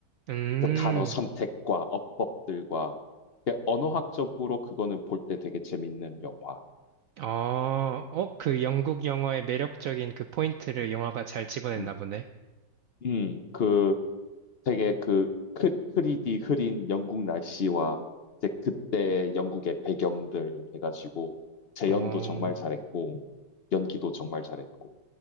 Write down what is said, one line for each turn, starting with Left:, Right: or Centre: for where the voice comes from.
Right: 음.
Left: 그 단어 선택과 어법들과 그 언어학적으로 그거는 볼 때 되게 재밌는 영화.
Right: 아, 어, 그 영국 영화의 매력적인 그 포인트를 영화가 잘 집어냈나
Left: 음,
Right: 보네.
Left: 음, 그 되게 그 흐, 흐리디 흐린 영국 날씨와 이제 그때 영국의 배경들 해가지고 재연도
Right: 어,
Left: 정말 잘했고 연기도 정말 잘했고.